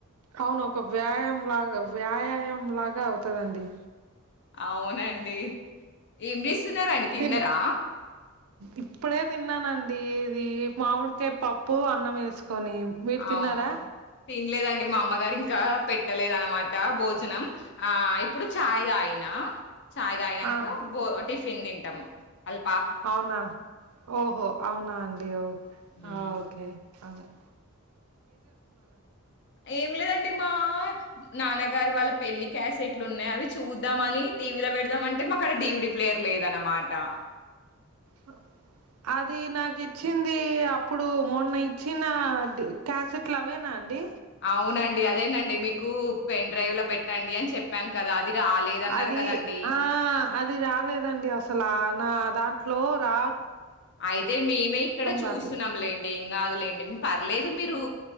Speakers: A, on the right; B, on the left.
A: అవును ఒక వ్యాయామం లాగా వ్యాయామం లాగా అవుతదండి
B: అవునండి ఏం చేస్తున్నారండి తిన్నారా
A: తిన్న ఇప్పుడే తిన్నానండి ఇది మామిడికాయ పప్పు అన్నం వేసు కొని మీరు తిన్నారా
B: అవును. తినలేదండి మా అమ్మగారు ఇంకా పెట్టలేద అనమాట భోజనం ఆ ఇప్పుడు చాయ్ తాగి ఎన్న చాయ్ తాగినాంక
A: ఆహా
B: బో ఆ టిఫిన్ తింటాం అల్
A: అవునా ఓహో అవునా అండి
B: హ్మ్.
A: హా ఓకే అవున
B: ఏం లేదండి మా నాన్నగారి వాళ్ళ పెళ్లి క్యాసెట్లు ఉన్నాయి అవి చూద్దామని టీవీలో పెడదాం అంటే మాక్కడ డీ దుడి ప్లేయర్ లేదనమాటా
A: హ అది నాకు ఇచ్చింది అప్పుడు మొన్న ఇచ్చిన క్యాసెట్లు అవేనా అండి
B: అవునండి అదేనండి మీకు పెన్ డ్రైవ్లా పెట్టండి అని చెప్పాను కదా అది రాలేదన్నారు
A: అది
B: కదండీ!
A: ఆ అది రాలేదండి అసలు నా దాంట్లో రా
B: అయితే మేమే ఇక్కడ చూస్తున్నాం
A: కావట్లే.
B: లేండి ఏం కాదులేండి పర్లేదు మీరు